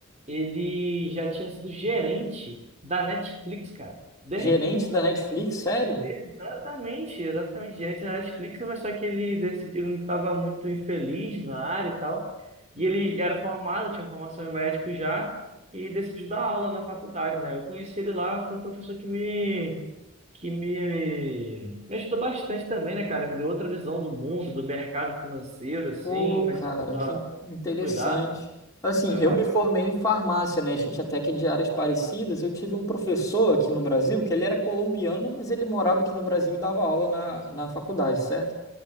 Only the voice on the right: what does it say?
ele já tinha sido gerente da Netflix, cara. De,
Exatamente, exatamente. Diante da Netflix, mas só que ele decidiu, ele estava muito infeliz na área e tal. E ele era formado, tinha formação em médico já, e decidiu dar aula na faculdade, né? Eu conheci ele lá, foi um professor que me, que me, me ajudou bastante também, né, cara? Me deu outra visão do mundo, do mercado financeiro, assim,
mas pra
cuidar.
Legal.